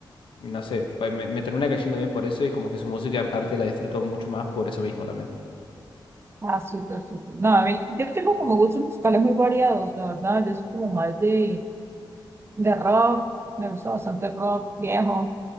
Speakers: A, on the left; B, on the right.
A: no sé, pa- me, me termina cayendo bien por eso y como que su música en parte la disfruto mucho más por eso mismo también.
B: Ah, súper, súper. No, a mí, yo tengo como gustos musicales muy variados, la verdad. Yo soy como más de, de rock, me gusta bastante rock viejo.